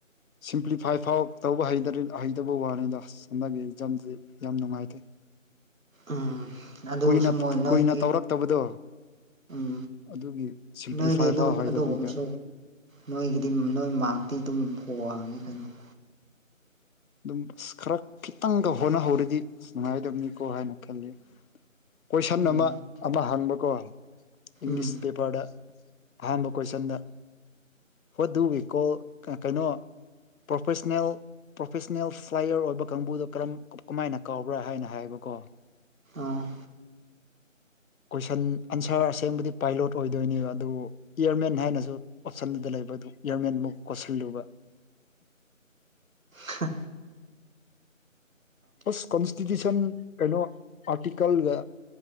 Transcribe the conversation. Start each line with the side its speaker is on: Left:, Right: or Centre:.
Left: ꯁꯤꯝꯄ꯭ꯂꯤꯐꯥꯏ ꯐꯥꯎ ꯇꯧꯕ ꯍꯩꯗꯔꯤ ꯍꯩꯗꯕ ꯋꯥꯅꯤꯗ ꯑꯁ ꯍꯟꯗꯛꯒꯤ ꯑꯦꯛꯖꯥꯝꯗꯤ ꯌꯥꯝ ꯅꯨꯡꯉꯥꯏꯇꯦ꯫
Right: ꯎꯝ ꯑꯗꯨꯁꯨ
Left: ꯀꯨꯏꯅ
Right: ꯃꯣꯏ ꯅꯣꯏꯒꯤ
Left: ꯀꯨꯏꯅ ꯇꯧꯔꯛꯇꯕꯗꯣ
Right: ꯎꯝ
Left: ꯑꯗꯨꯒꯤ ꯁꯤꯝꯄ꯭ꯂꯤꯐꯥꯏ
Right: ꯅꯣꯏꯗꯤ ꯑꯗꯨ
Left: ꯐꯥꯎ ꯍꯩꯇꯕꯤꯗ
Right: ꯑꯗꯨꯒꯨꯝꯕꯁꯨ ꯅꯣꯏꯒꯤꯗꯤ ꯅꯣꯏ ꯃꯥꯔꯛꯇꯤ ꯑꯗꯨꯝ ꯋꯥꯡꯉꯤ ꯀꯩꯅꯣ ꯫
Left: ꯑꯗꯨꯝ ꯑꯁ ꯈꯔ ꯈꯤꯇꯪꯒ ꯍꯣꯠꯅꯍꯧꯔꯗꯤ ꯅꯨꯡꯉꯥꯏꯗꯕꯅꯤꯀꯣ ꯍꯥꯏꯅ ꯈꯜꯂꯦ ꯫ ꯀꯣꯏꯁꯟ
Right: ꯎꯝ
Left: ꯑꯃ ꯑꯃ ꯍꯪꯕꯀꯣ ꯏꯪꯂꯤꯁ
Right: ꯎꯝ
Left: ꯄꯦꯄꯔꯗ ꯑꯍꯥꯟꯕ ꯀꯣꯏꯁꯟꯗ ꯋꯥꯠ ꯗꯨ ꯋꯤ ꯀꯣꯜ ꯀꯩꯅꯣ ꯄ꯭ꯔꯣꯐꯦꯁꯅꯦꯜ ꯄ꯭ꯔꯣꯐꯦꯁꯅꯦꯜ ꯐ꯭ꯂꯥꯏꯌꯔ ꯑꯣꯏꯕ ꯀꯥꯡꯕꯨꯗꯣ ꯀꯔꯝ ꯀꯃꯥꯏꯅ ꯀꯥꯎꯕ꯭ꯔꯥ? ꯍꯥꯏꯅ ꯍꯥꯏꯌꯦꯕꯀꯣ
Right: ꯑ
Left: ꯀꯣꯏꯁꯟ ꯑꯟꯁꯔ ꯑꯁꯦꯡꯕꯗꯤ ꯄꯥꯏꯂꯣꯠ ꯑꯣꯏꯗꯣꯏꯅꯦꯕ ꯑꯗꯨ ꯏꯌꯥꯔꯃꯦꯟ ꯍꯥꯏꯅꯁꯨ ꯑꯣꯞꯁꯟꯗꯨꯗ ꯂꯩꯕ ꯑꯗꯨ ꯏꯌꯥꯔꯃꯦꯟꯃꯨꯛ ꯀꯣꯠꯁꯤꯜꯂꯨꯕ
Right: ꯍ
Left: ꯑꯁ ꯀꯣꯟꯁꯇꯤꯇ꯭ꯌꯨꯁꯟ ꯀꯩꯅꯣ ꯑꯥꯔꯇꯤꯀꯜꯒ